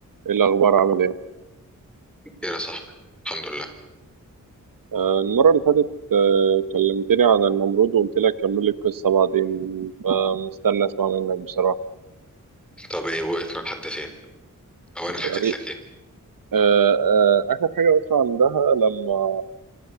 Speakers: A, on the right; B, in the centre.
A: ايه الاخبار عامل ايه
B: خير يا صاحبي الحمد لله
A: آه، المره اللي فاتت آه، كلمتني عن النمرود وقلت لك كمل لي القصه بعدين فمستني اسمع منك بصراحه
B: طب ايه وقفنا لحد فين او انا حكيت
A: تقريبا
B: لك ايه
A: آه، آه، اخر حاجه قلت عندها لما